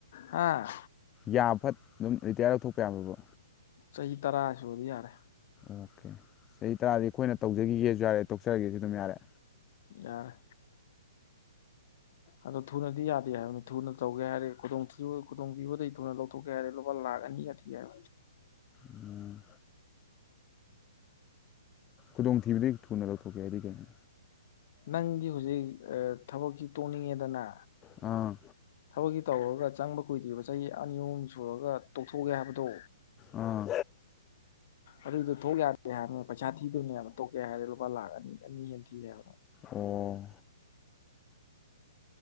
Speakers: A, on the left; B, on the left.
A: ꯑꯝ
B: ꯌꯥꯐꯠ ꯑꯗꯨꯝ ꯔꯤꯇꯥꯌꯥꯔ ꯂꯧꯧꯊꯣꯛꯄ ꯌꯥꯕꯕꯣ
A: ꯆꯍꯤ ꯇꯔꯥ ꯁꯕꯗꯤ ꯌꯥꯔꯦ
B: ꯑꯣꯀꯦ ꯆꯍꯤ ꯇꯔꯥꯗꯤ ꯑꯩꯈꯣꯏꯅ ꯇꯧꯖꯈꯤꯒꯦꯁꯨ ꯌꯥꯔꯦ ꯇꯣꯛꯆꯔꯒꯦꯁꯨ ꯑꯗꯨꯝ ꯌꯥꯔꯦ
A: ꯑ ꯑꯗꯣ ꯊꯨꯅꯗꯤ ꯌꯥꯗꯦ ꯍꯥꯏꯕꯅꯤ ꯊꯨꯅ ꯇꯧꯒꯦ ꯍꯥꯏꯔꯦ ꯈꯨꯗꯣꯡꯊꯤꯕ ꯈꯨꯗꯣꯡꯊꯤꯕꯗꯩ ꯊꯨꯅ ꯂꯧ ꯇ ꯀꯦ ꯍꯥꯏꯔꯗꯤ ꯂꯨꯄꯥ ꯂꯥꯛꯀꯅꯤꯒꯗꯤ ꯍꯥꯏ
B: ꯎꯝ ꯈꯨꯗꯣꯡꯊꯤꯕꯗꯒꯤ ꯊꯨꯅ ꯂꯧꯊꯣꯛꯀꯦ ꯍꯥꯏꯗꯤ ꯀꯩꯅꯣ
A: ꯅꯪꯒꯤ ꯍꯧꯖꯤꯛ ꯊꯕꯛꯁꯤ ꯇꯣꯡꯅꯤꯡꯉꯦꯗꯅ
B: ꯑꯥ
A: ꯊꯕꯛꯀꯤ ꯇꯧꯔꯨꯔꯒ ꯆꯪꯕ ꯀꯨꯏꯗ꯭ꯔꯤꯕ ꯆꯍꯤ ꯑꯅꯤ ꯑꯍꯨꯝ ꯁꯨꯔꯒ ꯇꯣꯛꯊꯣꯛꯒꯦ ꯍꯥꯏꯕꯗꯣ
B: ꯑꯥ
A: ꯑꯗ ꯊꯒꯗ ꯍꯥꯏ ꯄꯩꯁꯥ ꯊꯗꯅꯦꯕ ꯇꯣꯛꯀꯦ ꯍꯥꯏꯔꯗꯤ ꯂꯨꯄꯥ ꯂꯥꯛ ꯑꯅꯤ ꯑꯅꯤ ꯍꯦꯟ ꯊꯤꯑ ꯍꯥꯏꯕꯅꯣ
B: ꯑꯣ